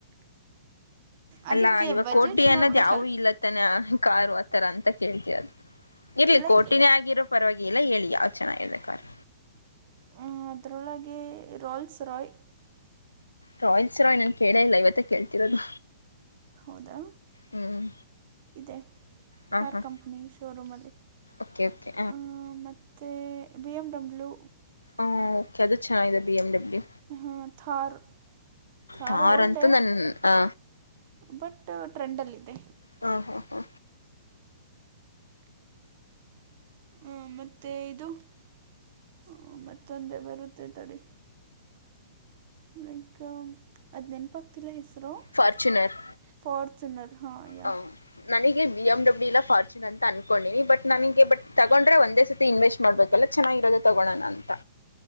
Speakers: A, on the right (about 45°); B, on the left (about 80°).
A: ಅದಕ್ಕೆ
B: ಅಲ್ಲಾ ಇವಾಗ
A: ಬಜೆಟ್
B: ಕೋಟಿ ಅನ್ನೋದ್
A: ನೋಡ್ಬೇಕಲ್ಲ
B: ಯಾವು ಇಲ್ಲತ್ತಾನ ಕಾರು ಆತರ ಅಂತ ಕೇಳ್ತಿವಿ ಅದು. ಇರ್ಲಿ
A: ಲೈಕ್
B: ಕೋಟಿನೇ ಆಗಿರೋ ಪರವಾಗಿಲ್ಲ ಹೇಳಿ ಯಾವ್ದ ಚನಾಗ ಇದೆ ಕಾರು.
A: ಹ ಅದರೊಳಗೆ ರೋಲ್ಸ್ ರಾಯ್.
B: ರೋಲ್ಸ ರಾಯ್ ನನ್ ಕೇಳ ಇಲ್ಲ ಇವತ್ತ ಕೇಳ್ತಿರೋದು
A: ಹೌದಾ
B: ಹ್ಮ್.
A: ಇದೆ
B: ಹ
A: ಕಾರ್
B: ಹಾ
A: ಕಂಪ್ನಿ ಶೋರೂಮಲ್ಲಿ
B: ಓಕೆ ಓಕೆ
A: ಹ ಮತ್ ಮತ್ತೆ ಬಿ ಎಮ ಡಬ್ಲ್ಯೂ.
B: ಹ ಓಕೆ ಅದು ಚೆನ್ನಾಗಿದೆ ಬಿ ಎಮ್ ಡಬ್ಲ್ಯೂ
A: ಹ ತಾರ. ತಾರು
B: ಕಾರ್
A: ಓಲ್ಡ್
B: ಅಂತೂ ನನ್ ಆ
A: ಬಟ್ ಟ್ರೆಂಡ್ ಅಲ್ಲಿದೆ.
B: ಹಾ ಹಾ ಹಾ.
A: ಹ ಮತ್ತೆ ಇದು ಹ ಮತ್ತೊಂದೆ ಬರುತ್ತೆ ತಡಿ. ಲೈಕ್ ಅದ್ ನೆನಪು ಆಗ್ತಿಲ್ಲ ಹೆಸರು
B: ಫಾರ್ಚುನರ್
A: ಫಾರ್ಚುನರ್. ಹಾಂ ಯಾ
B: ಹ ನನಗೆ ಬಿ ಎಮ್ ಡಬ್ಲ್ಯೂ ಇಲ್ಲ ಫಾರ್ಚುನ್ ಅಂತ ಅನ್ಕೊಂಡಿನಿ ಬಟ್ ನನಗೆ ಬಟ್ ತಗೊಂಡ್ರೆ ಒಂದೇ ಸತಿ ಇನ್ವೆಸ್ಟ್ ಮಾಡ್ಬೇಕಲ್ಲ ಚೆನ್ನಾಗಿರೋದು ತಗೋಳಣ ಅಂತ.